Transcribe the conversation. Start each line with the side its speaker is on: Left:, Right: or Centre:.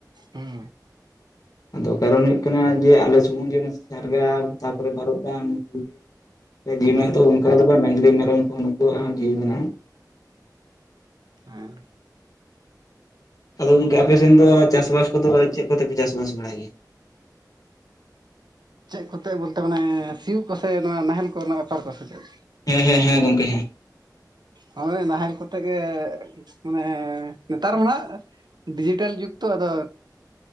Right: ᱦᱩᱸ
Left: ᱟᱫᱚ ᱠᱟᱨᱚᱱ ᱦᱩᱭᱩᱜᱜ ᱠᱟᱱᱟ ᱡᱮ ᱟᱞᱮ ᱥᱩᱢᱩᱝ ᱡᱮ ᱩᱱᱤ ᱥᱟᱨᱜᱟ ᱛᱟᱯᱚᱨᱮ ᱵᱟᱨᱩᱵᱰᱟᱸᱜ <unintelligible> ᱡᱤᱣᱤ ᱢᱮᱱᱟᱜ ᱛᱚ ᱚᱱᱠᱟ ᱫᱚ ᱵᱟᱝ ᱰᱟᱝᱨᱤ ᱢᱮᱨᱚᱢ ᱠᱚ ᱱᱩᱠᱩᱣᱟᱜ ᱡᱤᱣᱤ ᱢᱮᱱᱟᱜᱼᱟ᱾
Right: ᱦᱮᱸ ᱾
Left: ᱟᱫᱚ ᱜᱚᱝᱠᱮ ᱟᱯᱮᱥᱮᱱ ᱫᱚ ᱪᱟᱥᱵᱟᱥ ᱠᱚᱫᱚ ᱪᱮᱫ ᱠᱚᱛᱮᱯᱮ ᱪᱟᱥᱵᱟᱥ ᱵᱟᱲᱟᱭ ᱜᱮᱭᱟ?
Right: ᱪᱮᱫ ᱠᱚᱛᱮ ᱵᱚᱞᱛᱮ ᱢᱟᱱᱮ ᱥᱤᱭᱜ ᱠᱚᱥᱮ ᱱᱚᱣᱟ ᱱᱟᱦᱮᱞ ᱠᱚᱨᱮ ᱱᱟᱸᱜ ᱵᱮᱯᱟᱨ ᱠᱚᱥᱮ ᱪᱮᱫ
Left: ᱦᱮᱸ ᱦᱮᱸ ᱦᱮᱸ ᱜᱚᱝᱠᱮ ᱦᱮᱸ ᱾
Right: ᱦᱳᱭ ᱱᱟᱦᱮᱞ ᱠᱚᱛᱮ ᱜᱮ ᱢᱟᱱᱮ ᱱᱮᱛᱟᱨ ᱢᱟ ᱱᱟᱷᱜ ᱰᱤᱡᱤᱴᱮᱞ ᱡᱩᱜᱽ ᱛᱚ ᱟᱫᱚ